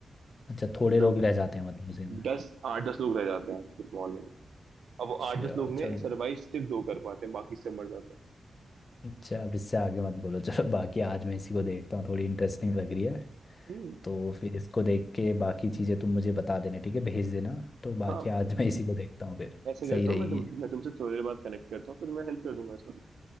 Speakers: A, on the left; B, on the right.
A: अच्छा थोड़े
B: तो
A: लोग रह जाते हैं मतलब उसी में
B: दस आठ दस लोग रह जाते हैं उस मॉल में अब वो
A: अच्छा
B: आठ दस लोग
A: चलो
B: में सर्वाइव सिर्फ दो कर पाते हैं बाकी सब मर जाते
A: अच्छा अब इससे आगे मत बोलो चलो बाकी आज मैं इसी को देखता हूँ थोड़ी इंटरेस्टिंग लग रही है
B: हैं हम्म
A: तो फिर इसको देख के बाकी चीज़ें तुम मुझे बता देना ठीक है भेज देना तो बाकी
B: हाँ
A: आज मैं इसी को देखता हूँ फिर
B: ऐसे करता
A: सही रहेगी
B: हूँ मैं तुम मैं तुमसे थोड़ी देर बाद कनेक्ट करता हूँ फिर मैं हेल्प कर दूंगा इसमें